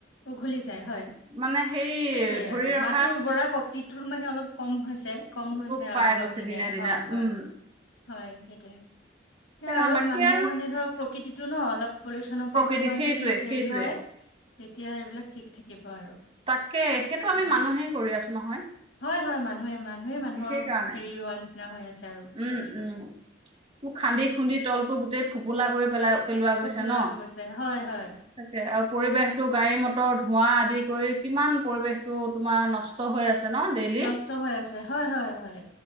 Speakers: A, on the left; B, on the right.
A: উঘলি যায় হয়,
B: মানে সেই
A: সেইটোয়ে
B: ধৰি
A: আৰু
B: ৰখা
A: মাটিৰ উৰ্বৰা শক তিটো মানে অলপ কম হৈছে। কম
B: ৰূপ
A: হৈছে আৰু
B: পাই
A: দিনক
B: গৈছে
A: দিনে হয়- হয়-হয়
B: উম
A: সেইটোৱে। সেয়া
B: সেইকাৰণে
A: অলপ
B: বাকী
A: মানুহ
B: আৰু
A: মানে ধৰক প্ৰকৃতিটো ন অলপ পলি চনৰ
B: প্ৰকৃতি
A: পা অকমান
B: সেইটোৱে
A: যদি হেৰি
B: সেইটোৱে
A: হয় তেতিয়া এইবিলাক ঠিক থাকিব আৰু
B: তাকে সেইটো আমি
A: হয়
B: মানুহেই কৰি আছো নহয়।
A: হয় -হয় মানুহে -মানুহে মানুহৰ
B: সেইকাৰণে
A: হেৰি হোৱা নিচি আৰু
B: উম
A: বস্তুতটো
B: উম মোক খান্দি- খুন্দি তলটো গোটেই ফোপোলা কৰি পেলাই পেলোৱা গৈছে
A: ফোফোলা
B: ন'?
A: হৈ গৈছে হয় হয়
B: তাকে আৰু পৰিৱেশটো গাড়ী মটৰ ধোঁৱা আদি কৰি কিমান পৰিৱেশটো তোমাৰ নষ্ট হৈ আছে। ন ডেইলি
A: নষ্ট হৈ আছে হয় হয় হয়